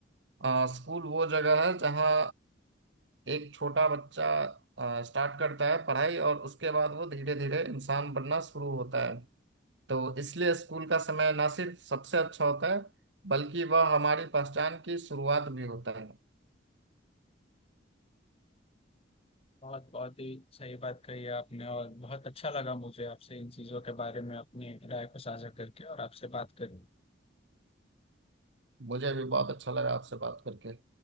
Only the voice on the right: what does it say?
अ, स्कूल वो जगह है जहाँ एक छोटा बच्चा अ, स्टार्ट करता है पढ़ाई और उसके बाद वो धीरे धीरे इंसान बनना शुरू होता है तो इसलिए स्कूल का समय ना सिर्फ सबसे अच्छा होता है बल्कि वह हमारी पहचान की शुरुआत भी होता है
मुझे भी बहुत अच्छा लगा आपसे बात करके